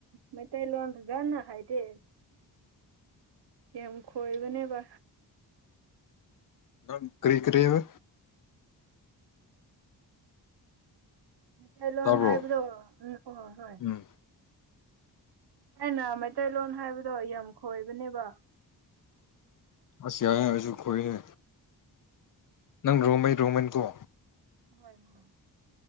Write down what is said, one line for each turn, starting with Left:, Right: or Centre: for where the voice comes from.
Right: ꯃꯩꯇꯩ ꯂꯣꯟ ꯐꯖꯅꯥ ꯍꯩꯇꯦ ꯌꯥꯝ ꯈꯣꯏꯕꯅꯦꯕ
Left: ꯅꯪ ꯀꯔꯤ ꯀꯔꯤꯕ
Right: ꯃꯩꯇꯩꯂꯣꯟ
Left: ꯇꯥꯕ꯭ꯔꯣ
Right: ꯍꯥꯏꯕꯗꯣ <unintelligible>
Left: ꯎꯝ
Right: ꯑꯩꯅ ꯃꯩꯇꯩꯂꯣꯟ ꯍꯥꯏꯕꯗꯣ ꯌꯥꯝ ꯈꯣꯏꯕꯅꯦꯕ
Left: ꯑꯁ ꯌꯥꯏ ꯍꯥꯏꯕꯁꯨ ꯈꯣꯏꯔꯦ ꯅꯪ ꯔꯣꯃꯩ ꯔꯣꯃꯤꯟꯀꯣ
Right: ꯍꯣꯏ ꯍꯣꯏ